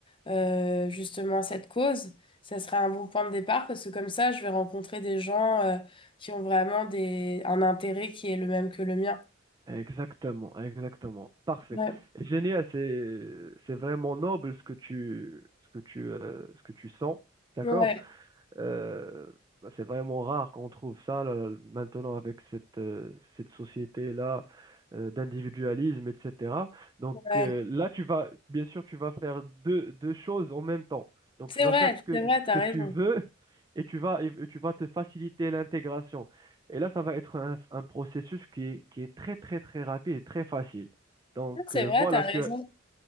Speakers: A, on the left; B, on the right.
A: euh, justement cette cause, ça serait un bon point de départ parce que comme ça, je vais rencontrer des gens euh, qui ont vraiment des, un intérêt qui est le même que le mien.
B: Exactement, exactement. Parfait.
A: Ouais,
B: Génial, c'est c'est vraiment noble ce que tu ce que tu euh, ce que tu sens, d'accord?
A: ouais,
B: Euh, bah, c'est vraiment rare qu'on trouve ça là, maintenant avec cette, euh, cette société-là euh, d'individualisme, etc. Donc
A: ouais.
B: euh, là, tu vas, bien sûr, tu vas faire deux, deux choses en même temps. Donc
A: C'est
B: tu vas
A: vrai,
B: faire ce que,
A: c'est vrai,
B: ce
A: t'as
B: que
A: raison.
B: tu veux et tu vas, et tu vas te faciliter l'intégration. Et là, ça va être un, un processus qui est, qui est très, très, très rapide et très facile. Donc
A: C'est
B: euh,
A: vrai,
B: voilà,
A: t'as raison.
B: tu